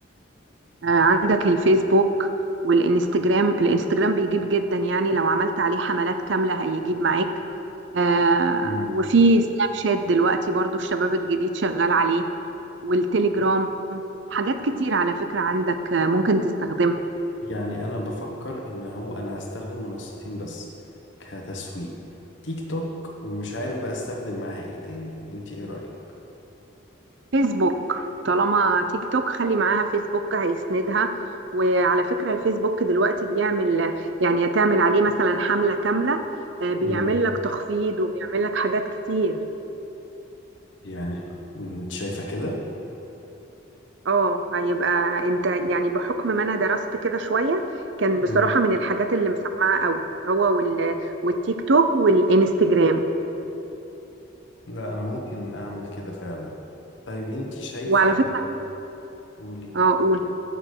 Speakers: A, on the right; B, on the left.
A: آه، عندك الفيسبوك والانستجرام الانستجرام بيجيب جدا يعني لو عملت عليه حملات كاملة هيجيب معاك آه،
B: امم
A: وفي سناب شات دلوقتي برضو الشباب الجديد شغال عليه والتليجرام حاجات كتير على فكرة عندك آه، ممكن تستخدمها
B: يعني انا بفكر ان هو انا هستخدم منصتين بس كتسويق تيك توك ومش عارف بقى استخدم معاها ايه تاني انت ايه رايك
A: فيسبوك طالما تيك توك خلي معاها فيسبوك هيسندها وعلى فكرة الفيسبوك دلوقتي بيعمل يعني هتعمل عليه مثلا حملة كاملة آه، بيعمل
B: امم
A: لك تخفيض وبيعمل لك حاجات كتير
B: يعني انت شايفه كده
A: اه هيبقى انت يعني بحكم ما انا درست كده شوية كان
B: مم.
A: بصراحة من الحاجات اللي مسمعة قوي هو وال... والتيك توك والانستجرام
B: لا انا ممكن اعمل كده فعلا طيب انت شايفه
A: وعلى فكرة
B: ان قولي
A: اه قول